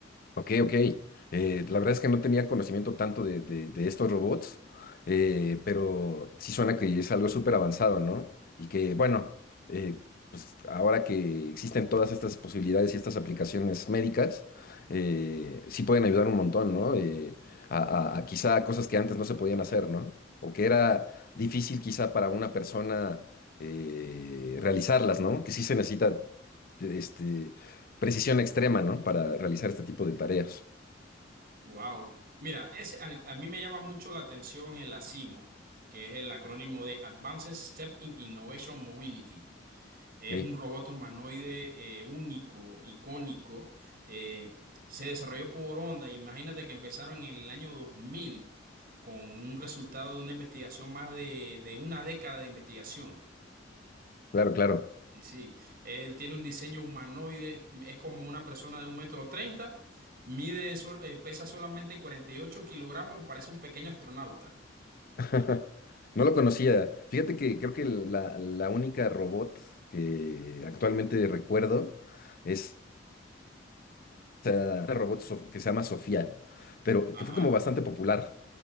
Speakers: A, on the left; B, on the right.
A: Ok, ok. Eh, la verdad es que no tenía conocimiento tanto de, de- de estos robots, eh, pero sí suena que es algo súper avanzado, ¿no? Y que, bueno, eh, pues ahora que existen todas estas posibilidades y estas aplicaciones médicas, eh, sí pueden ayudar un montón, ¿no? Eh, a, a- a quizá a cosas que antes no se podían hacer, ¿no? O que era difícil quizá para una persona eh, realizarlas, ¿no? Que sí se necesita este, precisión extrema, ¿no? Para realizar este tipo de tareas.
B: Wow. Mira, ese, a, a mí me llama mucho la atención el ASIMO, que es el acrónimo de Advanced Step in Innovation Mobility. Es
A: Ok,
B: un robot humanoide eh, único, icónico. eh, se desarrolló por Honda. Imagínate que empezaron en el año 2000 con un resultado de una investigación más de, de una década de investigación.
A: Claro, claro.
B: Y sí, él tiene un diseño humanoide, es como una persona de un metro treinta, mide, sol- eh, pesa solamente 48 kilogramos, parece un pequeño astronauta.
A: <laughs> No lo conocía. Fíjate que creo que la, la única robot que actualmente recuerdo es sea, una robot Sof- que se llama Sofía, pero
B: Ajá.
A: que fue como bastante popular.